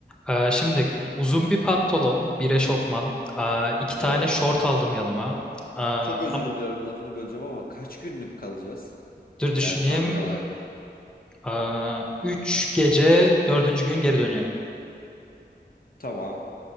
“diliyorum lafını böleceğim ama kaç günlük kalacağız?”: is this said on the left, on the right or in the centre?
Left